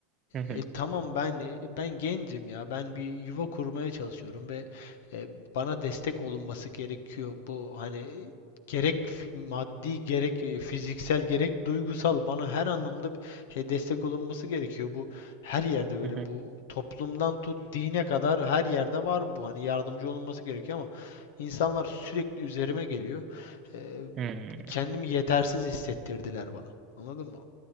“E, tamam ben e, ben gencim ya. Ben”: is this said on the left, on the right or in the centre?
Left